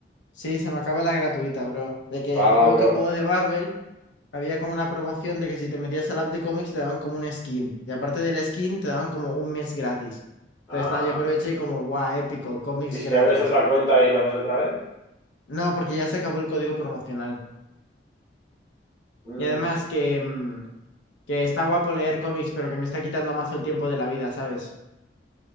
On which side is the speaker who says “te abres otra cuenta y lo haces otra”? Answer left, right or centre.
Left